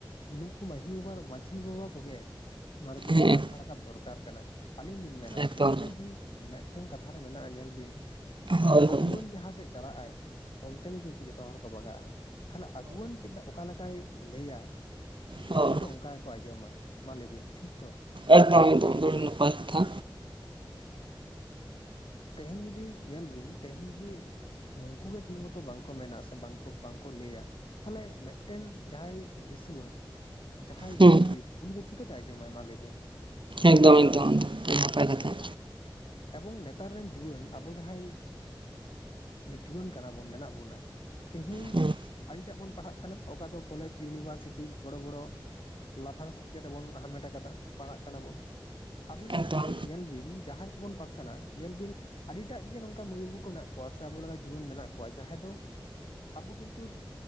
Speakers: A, on the left; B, on the right.
A: ᱱᱩᱝᱠᱩ ᱢᱟᱡᱷᱤ ᱵᱟᱵᱟ ᱢᱟᱡᱷᱤ ᱵᱟᱵᱟ ᱠᱚᱜᱮ ᱱᱚᱣᱟ ᱫᱚ ᱠᱤᱱᱛᱩ
B: ᱦᱮᱸ
A: ᱠᱟᱛᱷᱟ ᱨᱟᱠᱟᱵ ᱫᱚᱨᱠᱟᱨ ᱠᱟᱱᱟ᱾ ᱟᱞᱤᱧ ᱞᱤᱧ ᱢᱮᱱᱟ
B: ᱮᱠᱫᱚᱢ
A: ᱱᱩᱠᱩ ᱡᱤ ᱢᱮᱫᱴᱟᱝ ᱠᱟᱛᱷᱟ ᱨᱮ ᱢᱮᱱᱟᱜᱼᱟ ᱧᱮᱞ ᱵᱤᱱ,
B: ᱦᱳᱭ
A: ᱟᱜᱷᱩᱣᱟᱹᱱ
B: ᱦᱳᱭ
A: ᱡᱟᱦᱟᱸ ᱥᱮᱜ ᱪᱟᱞᱟᱜ ᱟᱭ ᱚᱱᱛᱮ ᱜᱮ ᱠᱤᱱᱛᱩ ᱡᱚᱛᱚ ᱦᱚᱲ ᱠᱚ ᱵᱟᱜᱟᱜᱼᱟ᱾ ᱛᱟᱦᱚᱞᱮ ᱟᱜᱷᱩᱣᱟᱹᱱ ᱪᱮᱫ ᱚᱠᱟ ᱞᱮᱠᱟᱭ ᱞᱟᱹᱭᱟ ᱫᱤᱥᱩᱣᱟᱹ
B: ᱦᱳᱭ
A: ᱫᱚ ᱚᱱᱠᱟ ᱜᱮᱠᱚ ᱟᱸᱡᱚᱢᱟ, ᱢᱟ ᱞᱟᱹᱭ ᱵᱤᱱ ᱴᱷᱤᱠ ᱛᱚ?
B: ᱮᱠᱫᱚᱢ ᱮᱠᱫᱚᱢ <inaudible> ᱱᱟᱯᱟᱭ ᱠᱟᱛᱷᱟ᱾
A: ᱛᱮᱦᱮᱧ ᱡᱩᱫᱤ ᱧᱮᱞ ᱵᱤᱱ ᱛᱮᱦᱮᱧ ᱡᱩᱫᱤ ᱱᱩᱝᱠᱩ ᱜᱮ ᱴᱷᱤᱠ ᱢᱚᱛᱚ ᱵᱟᱝ ᱠᱚ ᱢᱮ ᱥᱮ ᱵᱟᱝ ᱠᱚ ᱵᱟᱝ ᱠᱚ ᱞᱟᱹᱭᱟ, ᱛᱟᱦᱟᱞᱮ ᱢᱮᱫᱴᱮᱱ ᱡᱟᱦᱟᱸᱭ ᱫᱤᱥᱩᱣᱟᱹ ᱡᱟᱦᱟᱸᱭ
B: ᱦᱩᱸ
A: ᱜᱩᱱᱤ ᱜᱩᱨᱤᱵᱽ ᱩᱱᱤ ᱫᱚ ᱪᱤᱠᱟᱹᱛᱮᱭ ᱟᱸᱡᱚᱢᱟᱭ, ᱢᱟ ᱞᱟᱹᱭ ᱵᱤᱱ?
B: ᱮᱠᱫᱚᱢ ᱮᱠᱫᱚᱢ ᱮᱠᱫᱚᱢ, ᱟᱰᱤ ᱱᱟᱯᱟᱭ ᱠᱟᱛᱷᱟ᱾
A: ᱮᱵᱚᱝ ᱱᱮᱛᱟᱨ ᱨᱮᱱ ᱡᱩᱣᱟᱹᱱ ᱟᱵᱚ ᱡᱟᱦᱟᱸᱭ ᱮᱸ, ᱡᱩᱣᱟᱹᱱ ᱠᱟᱱᱟ ᱵᱚᱱ ᱢᱮᱱᱟᱜ ᱵᱚᱱᱟ᱾ ᱛᱮᱦᱤᱧ
B: ᱦᱩᱸ
A: ᱟᱹᱰᱤ ᱴᱟᱜ ᱵᱚᱱ ᱯᱟᱲᱦᱟᱜ ᱠᱟᱱᱟ ᱚᱠᱟ ᱫᱚ ᱠᱚᱞᱮᱡᱽ, ᱤᱭᱩᱱᱤᱵᱷᱟᱨᱥᱤᱴᱤ ᱵᱚᱲᱚ ᱵᱚᱲᱚ ᱞᱟᱯᱷᱟᱝ ᱥᱮᱪᱮᱫ ᱨᱮᱵᱚᱱ ᱦᱟᱢᱮᱴ ᱟᱠᱟᱫᱟ, ᱯᱟᱲᱦᱟᱜ ᱠᱟᱱᱟ ᱵᱚᱱ ᱟᱹᱵᱤᱱ ᱜᱮ
B: ᱮᱠᱫᱚᱢ
A: ᱠᱟᱹᱡ ᱧᱮᱞ ᱵᱤᱱ ᱡᱟᱦᱟᱸᱭ ᱠᱚᱵᱚᱱ <inaudible> ᱠᱟᱱᱟ, ᱧᱮᱞ ᱵᱤᱱ ᱟᱹᱰᱤ ᱴᱟᱜ ᱜᱮ ᱱᱚᱝᱠᱟ ᱢᱟᱹᱭ ᱵᱟᱹᱵᱩ ᱠᱚ ᱢᱮᱱᱟᱜ ᱠᱚᱣᱟ ᱥᱮ ᱟᱵᱚ ᱞᱮᱠᱟ ᱡᱩᱣᱟᱹᱱ ᱢᱮᱱᱟᱜ ᱠᱚᱣᱟ, ᱡᱟᱦᱟᱸᱭ ᱫᱚ ᱟᱵᱚ ᱠᱤᱱᱛᱩ